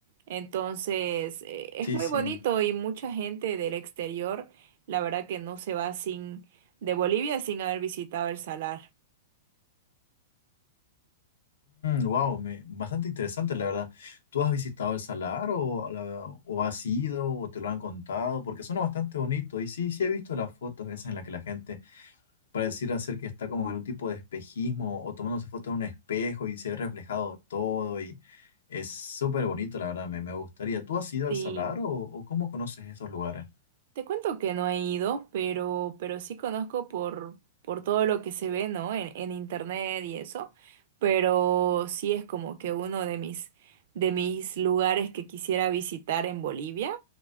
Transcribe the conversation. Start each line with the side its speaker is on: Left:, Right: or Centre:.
Right: Entonces, eh, es
Left: Sí,
Right: muy
Left: sí.
Right: bonito y mucha gente del exterior, la verdad que no se va sin de Bolivia sin haber visitado el salar.
Left: wow, bastante interesante la verdad. ¿Tú has visitado el Salar o, a la- o has ido o te lo han contado? Porque suena bastante bonito. Y sí, sí he visto las fotos esas en las que la gente pareciera ser que está como en un tipo de espejismo o tomándose fotos en un espejo y se ve reflejado todo y es súper bonito la verdad, me, me gustaría. ¿Tú has ido al
Right: Sí,
Left: Salar o, o cómo conoces esos lugares?
Right: Te cuento que no he ido, pero, pero sí conozco por, por todo lo que se ve, ¿no? En, en internet y eso. Pero sí es como que uno de mis, de mis lugares que quisiera visitar en Bolivia.